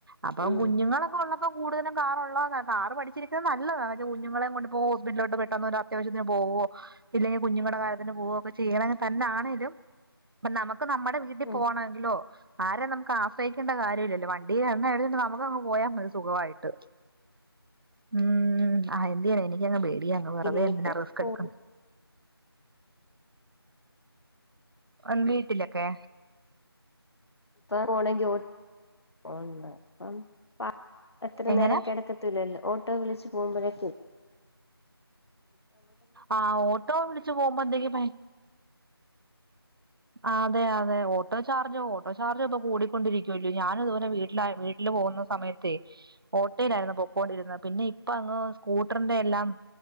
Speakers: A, on the right (about 60°); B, on the left (about 80°).
A: അപ്പം
B: ഉം
A: കുഞ്ഞുങ്ങളൊക്ക ഒള്ള കൂടുതലും കാറൊള്ളതാ കാറ് പഠിചിരിക്ക നല്ലതാ കുഞ്ഞുങ്ങളേം കൊണ്ട് ഇപ്പൊ ഹോസ്പിറ്റലോട്ട് പെട്ടന്ന് ഒരു അത്യാവശ്യത്തിന് പോ ഓ ഇല്ലെങ്കി കുഞ്ഞുങ്ങടെ കാര്യ ത്തിന് പോവൊക്കെ ചെയ്യണ തന്നെ ആണേലും പ്പ നമക്ക് നമ്മടെ വീട്ടി
B: ഉം
A: പോണ എങ്കിലോ ആരേം നമുക്ക് ആശ്രയിക്കേണ്ട കാര്യം ഇല്ലല്ലോ വണ്ടീൽ എണ്ണ അടിചോണ്ട് നമുക്കങ്ങ് പോയാ മതി സുഖവായിട്ട് ഉം ആഹ് എന്തേ യാന എനിക്കങ്ങ് പേടിയ അങ്ങ് വെറുതെ
B: നേരിട്ട്
A: എന്തിനാ റിസ്ക്
B: പോണം
A: എടുക്കുന്നേ അം വീട്ടിലൊക്കെ
B: പോണെങ്കി ഓ <unintelligible> അത്ര
A: എങ്ങനെ
B: നേരം കെടക്കത്തില്ലല്ലോ ഓട്ടോ വിളിച്ച് പോവുമ്പയെ
A: ആഹ് ഓട്ടോ വിളിച്ചു പോവുമ്പയത്തേക്കും <inaudible> ആഹ് അതെ അഹ് അതെ ഓട്ടോ ചാർജോ ഓട്ടോ ചാർജും ഇപ്പൊ കൂടി കൊണ്ടിരിക്കുവല്ല്യോ ഞാനിതുപോലെ വീട്ടിലാ വീട്ടില് പോവുന്ന സമയത്ത് ത്തെ ഓട്ടേലാരുന്നു പൊക്കോണ്ടിരുന്നെ പിന്നെ ഇപ്പൊ അങ്ങ് സ്കൂട്ടറിന്റെ എല്ലാം